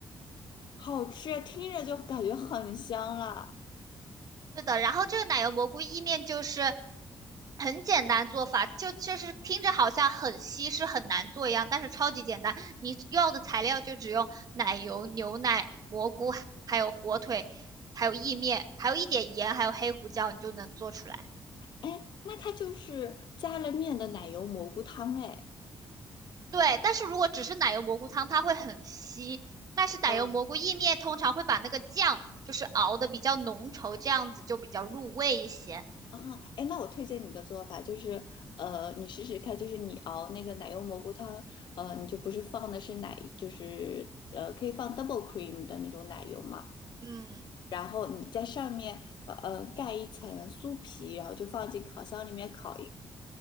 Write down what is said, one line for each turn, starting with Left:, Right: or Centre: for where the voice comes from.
Left: 好吃啊，听着就感觉很香了。
Right: 是的，然后这个奶油蘑菇意面就是很简单做法，就就是听着好像很稀是很难做一样，但是超级简单。你要的材料就只用奶油、牛奶、蘑菇，还有火腿，还有意面，还有一点盐，还有黑胡椒，你就能做出来。
Left: 哎，那它就是加了面的奶油蘑菇汤，哎，
Right: 对，但是如果只是奶油蘑菇汤，它会很稀。但是奶油蘑菇意面通常会把那个酱就是熬的比较浓稠，
Left: 嗯，
Right: 这样子就比较入味一些。
Left: 啊，哎，那我推荐你个做法，就是呃，你试试看，就是你熬那个奶油蘑菇汤，呃，你就不是放的是奶，就是呃，可以放 double cream 的那种奶油嘛，
Right: 嗯。
Left: 然后你在上面呃盖一层酥皮，然后就放进烤箱里面烤。一。